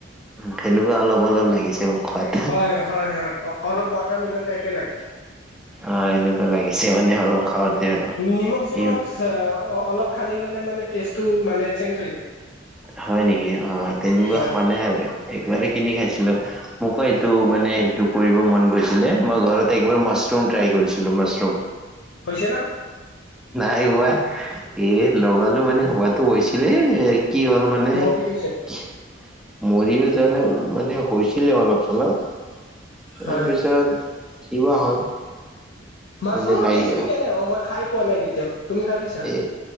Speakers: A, in the centre; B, on the left.
A: তেনেকুৱা অলপ অ, অলপ লাগিছে। খোৱাত
B: হয়, হয়, হয়, হয়, অলপ ৱাটাৰ মিলন টাইপে লাগে।
A: অ এনেকুৱা লাগিছে মানে অলপ। খাওঁতে আৰু
B: নিমখ চিমখ
A: ই
B: অলপ সানি ললে মানে টেষ্টটো মানে চেঞ্জ হৈ যায়।
A: হয় নেকি অ, তেনেকুৱা
B: হয়
A: খোৱা নাই আৰু একবাৰে কিনি খাইছিলো মোকো এইটো মানে এইটো কৰিব মন গৈছিলে মই ঘৰত একবাৰ মাছৰুম ট্ৰাই কৰিছিলো মাছৰুম
B: হৈছে ন।
A: নাই হোৱা এ, লগালো মানে হোৱাতো হৈছিলে। কি হ'ল মানে
B: মৰি গৈছে
A: কি মৰি <unintelligible> জানে মানে হৈছিলে অলপ, চলপ। তাৰ
B: হয়
A: পিছত কি বা হ'ল।
B: মাছৰুমৰ
A: মানে লাগি
B: টেষ্টটো কেনে অ, মই খাই পোৱা নাই কেতিয়াও। তুমি খাই পাইছা
A: এই